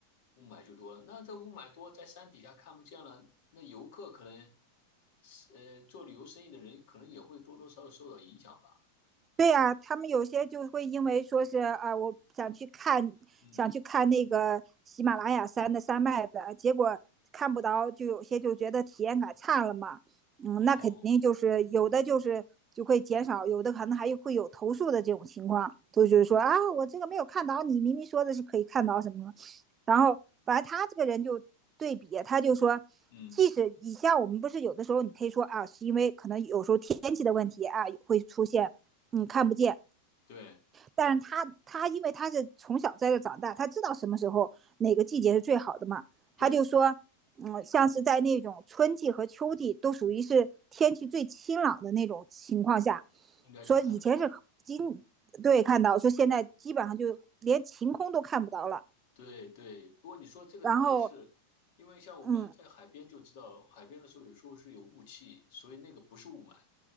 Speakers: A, on the left; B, on the right.
A: 雾霾就多了？那这雾霾多，在山底下看不见了，那游客可能，呃，做旅游生意的人可能也会多多少少受到影响吧，
B: 对呀、他们有些就会因为说是啊，我想去看，
A: 嗯。
B: 想去看那个喜马拉雅山的山脉的，结果看不到，就有些就觉得体验感差了嘛。嗯，
A: 哦，
B: 那肯定就是有的就是就会减少，有的可能还会有投诉的这种情况，都就是说啊，我这个没有看到，你明明说的是可以看到什么什么，然后反正他这个人就对比，他就说，
A: 嗯，
B: 即使以下我们不是有的时候你可以说啊，是因为可能有时候天气的问题啊会出现。嗯，看不见。
A: 对
B: 但是他他因为他是从小在这长大，他知道什么时候哪个季节是最好的嘛。
A: 对，
B: 他就说，嗯，像是在那种春季和秋季都属于是天气最清朗的那种情况下，
A: 应该是看得到的。
B: 说以前是今对看到说现在基本上就连晴空都看不到了。
A: 对对，不过你说这个倒也是，
B: 然后，
A: 因为像我们在海边就知道，
B: 嗯，
A: 海边的时候有时候是有雾气，所以那个不是雾霾，